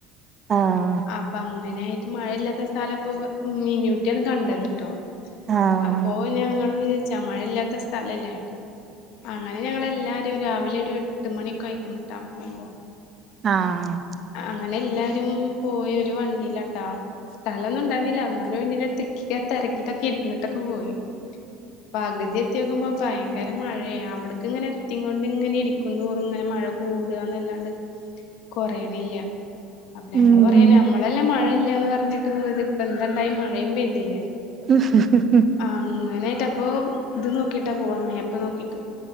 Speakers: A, on the right; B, on the left.
A: ആഹ്
B: അപ്പ അങ്ങനെ ആയിട്ട് മഴയില്ലാത്ത സ്ഥലംപ്പൊ മീനൂട്ടിയാണ് കണ്ടത്ട്ടോ
A: ആഹ്
B: അപ്പോ ഞങ്ങളും വിചച്ചാ മഴയില്ലാത്ത സ്ഥലല്ലേ അങ്ങനെ ഞങ്ങളെല്ലാരും രാവിലെ ഒരു എട്ട് മണിയൊക്കെ അയക്ണ് ട്ടാ പോകുമ്പോ
A: ആഹ്
B: അങ്ങനെ എല്ലാരും പോയൊരു വണ്ടിയിലാട്ടാ സ്ഥലംന്നും ഉണ്ടരുന്നില്ല എന്നാലും വേണ്ടി തിക്കി തിരക്കിട്ടൊക്കെ ഇരിന്നി ട്ടൊക്കെ പോയി പകുതി എത്തിയോക്കുമ്പോ ഭയങ്കര മഴയ അവ്ട്ക്ക്ങ്ങനെ എത്തികൊണ്ട് ഇങ്ങനെഇരിക്കും തോറുംഇങ്ങനെ മഴ കൂടാന്നല്ലാണ്ട് കൊറെയ്ണില്ല അപ്പ ഞങ്ങള്
A: ഉം
B: പറയാനമ്മളെല്ലാം മഴഇല്ലയന്ന് പറഞ്ഞിട്ട്പോയത് ഇപ്പൊ എന്തണ്ടായ് മഴയുംപെയ്തില്ലേ
A: ഉ <unintelligible>
B: അങ്ങനൊയിട്ട് അപ്പൊഇത് നോക്കിട്ടാ പോവാ മേപ്പ്നോക്കിട്ട്